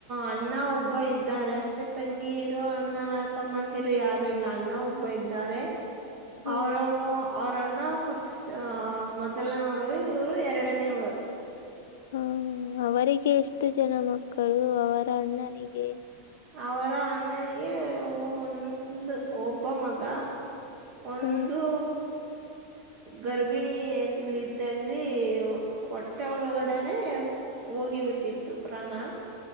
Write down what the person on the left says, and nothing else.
ಹ
ಹ್ಮ ಅವರಿಗೆ ಎಷ್ಟು ಜನ ಮಕ್ಕಳು ಅವರ ಅಣ್ಣನಿಗೆ
ಹ